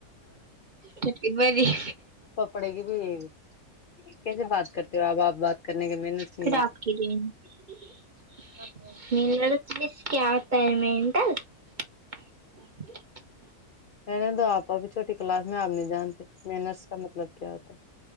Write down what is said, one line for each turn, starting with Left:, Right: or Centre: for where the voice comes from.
Right: ٹٹی اور یہ
Left: <inaudible> کیسے بات کرتے ہو اب آپ بات کرنے کی محنت سنیے
Right: پھر آپ کی رینج <inaudible> <inaudible>
Left: میں نے تو آپ اب چھوٹی کلاس میں آپ نہیں جانتے محنتس کا مطلب کیا ہوتا ہے